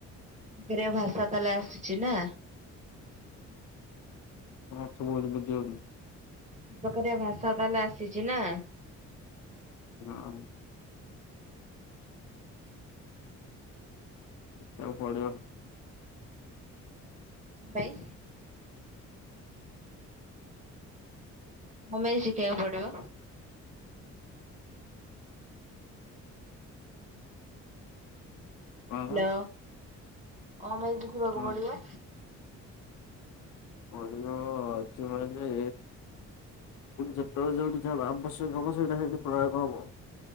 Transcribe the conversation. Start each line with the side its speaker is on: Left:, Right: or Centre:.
Right: ଦିରେ ଭାଷା ତାହେଲେ ଆସିଛି ନା?
Left: <unintelligible> ଜୋର ଲି।
Right: ବେକାରିଆ ଭାଷା ତାହେଲେ ଆସିଛି ନାଁ?
Left: ନାଁ ମ। ଯାଅ ପଢିବ।
Right: ଭାଇ। କଣ ପାଇଁ ଶିଖେଇବାକୁ ପଡିବ?
Left: କଣ
Right: ନୋ କଣ ପାଇଁ ଦେଖିବାକୁ
Left: ହଁ
Right: ପଡିବ?
Left: ଭଲ ଅଛି ମାନେ ଯେତବେଳେ ଯେଉଠି ଯାହା ଆବଶ୍ୟକ ହବ ସେଇଟା ସେଠି ପ୍ରୟୋଗ ହବ।